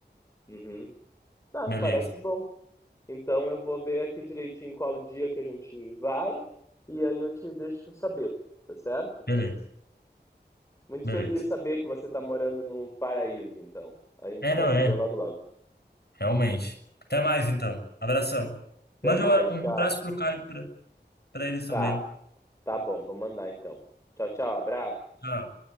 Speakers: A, on the left; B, on the left.
A: Uhum. Ah,
B: Beleza,
A: me parece bom. Então eu vou ver aqui direitinho qual dia que a gente vai, e aí eu te deixo saber, tá certo?
B: beleza,
A: Muito
B: beleza.
A: feliz de saber que você está morando num paraíso, então. A gente
B: É,
A: vai
B: não
A: se
B: é.
A: ver logo logo.
B: Realmente. Até mais, então. Abração.
A: Até
B: Mande
A: mais,
B: um um
A: tchau.
B: abraço pro Caio e pra, pra eles também.
A: Tá, tá bom, vou mandar então. Tchau, tchau, abraço.
B: Tchau.